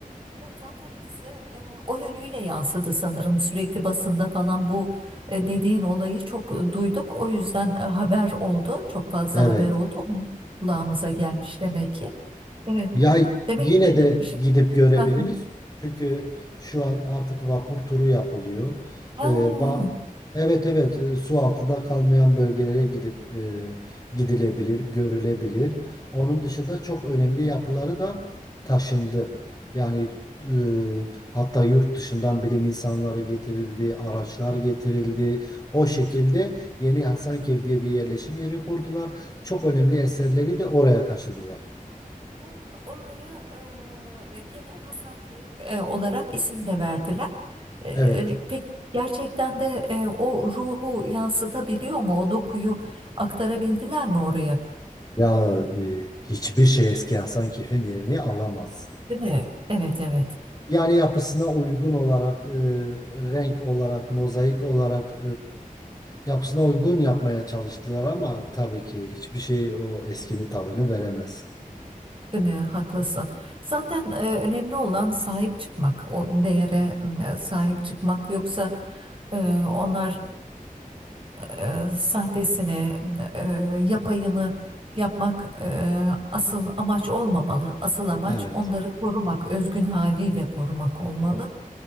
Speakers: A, on the right (about 35°); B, on the left (about 25°).
A: Evet zaten bize e, o yönüyle yansıdı sanırım. Sürekli basında falan bu e, dediğin olayı çok e, duyduk. O yüzden e, haber oldu. Çok fazla
B: Evet.
A: haber oldu. Kulağımıza gelmiş demek ki. Evet.
B: Ya
A: Demek
B: yine de
A: şimdi
B: gidip görebiliriz.
A: ha,
B: Çünkü şu an artık vapur turu yapılıyor.
A: ha.
B: Ee, ba- evet evet e, su altında kalmayan bölgelere gidip e, gidilebilir, görülebilir.
A: Evet,
B: Onun dışında çok önemli yapıları da taşındı. Yani e, hatta yurt dışından bilim insanları getirildi, araçlar
A: evet.
B: getirildi. O şekilde Yeni Hasankeyf diye bir yerleşim yeri kurdular. Çok önemli eserleri de oraya taşıdılar.
A: Ha, Oraya e, gene Hasankeyf e, olarak isim de verdiler. E, e,
B: Evet.
A: peki gerçekten de e, o ruhu yansıtabiliyor mu? O dokuyu aktarabildiler mi oraya?
B: Ya e, hiçbir şey eski Hasan Kef'in yerini alamaz.
A: Değil mi? Evet evet.
B: Yani yapısına uygun olarak, e, renk olarak, mozaik olarak e, yapısına uygun yapmaya çalıştılar ama tabii ki hiçbir şey o eskinin tadını veremez.
A: Değil mi? Haklısın. Zaten e, önemli olan sahip çıkmak, o değere e, sahip çıkmak. Yoksa e, onların e, sahtesini, e, yapayını yapmak e, asıl amaç olmamalı. Asıl amaç
B: Evet.
A: onları korumak, özgün haliyle korumak olmalı.